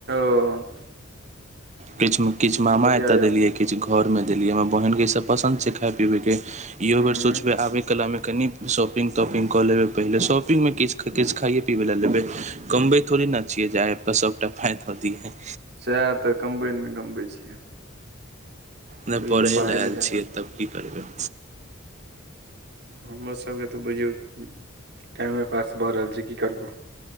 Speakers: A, on the right; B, on the right.
A: ह
B: किछ किछु मामा
A: बढ़िया
B: एतय
A: या
B: देलियै किछु घर में देलियै हमरा बहिनके ईसब पसन्द छै खाइ पीबैके इहो
A: हूँ
B: बेर सोचबै आबै कलामे कनि शॉपिंग तॉपिङंगग कऽ लेबै पहिले शाॅपिंगमे किछु किछु खाइए पीबै लय लेबै कमबै थोड़े ने छिये जे आइ त सबटा फाय दऽ दिये
A: सह तऽ कमबे मे गमबे छी
B: नहि पढ़ै
A: तऽ पढ़ाइ
B: लए आयल
A: लिखाइ
B: छियै तब की करबै
A: हमरोसभके तऽ बुझियौ टाइमे पास भऽ रहल छै की करबै